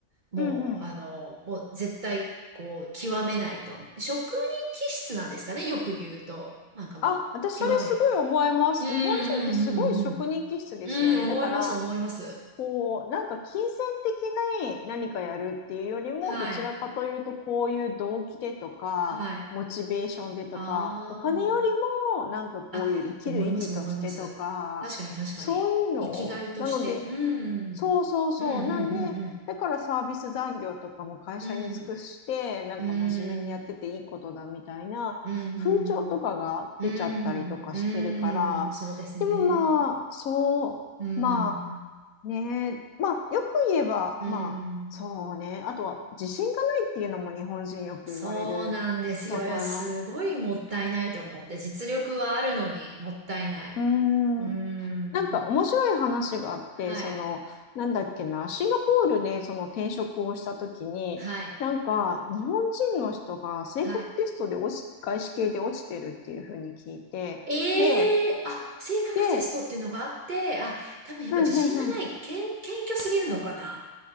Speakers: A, on the right (about 40°); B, on the left (about 80°).
A: もう、
B: うんうん。
A: あの、もう絶対、こう、極めないと。職人気質なんですかね、よく言うと。なんかもう、
B: あ、私それすごい思います。
A: 極める。うんう
B: 日本人ってすごい職人気質ですよね。
A: んうんうん。うん、思います、
B: だから、
A: 思います。
B: こう、なんか金銭的な何かやるっていうよりも、
A: はい、
B: どちらかというと、こういう動機でとか、
A: はい。
B: モチベーションでとか、
A: あ
B: お金よりも、なんかこういう生きる意義としてとか、
A: あ、あ、思います、思います。確かに、確かに。
B: そういうのを、
A: 生きがいとして。
B: なので、
A: うん、
B: そうそうそう。
A: うん、う
B: なんで、
A: ん、
B: だからサービス残業とかも会社に尽くして、
A: うん、
B: なんか真面目にやってていいことだみたいな風潮とかが出ちゃったりとかしてるから、
A: うん。うん、うん、うん、うん、うん、うんそうですね。
B: でもまあ、そう、
A: うん、
B: まあね、まあよく言えば、
A: うん。
B: まあそうね、あとは自信がないっていうのも日本人よく言われる。
A: そうなんですよ。
B: だから、
A: いや、すごいもったいないと思って。実力はあるのに、もったいない。
B: うーん、
A: うん、
B: なんか面白い話があって、
A: はい、
B: その、なんだっけな、シンガポールでその転職をした時に、
A: はい。
B: なんか日本人の人が性格テストで落ち、
A: はい
B: 外資系で落ちてるっていうふうに聞いて、
A: ええあ、
B: で、
A: 性格テストっていうのがあって、
B: で、
A: あ、多分やっぱ自信がない。
B: うんうんうん。
A: けん、謙虚すぎるのかな。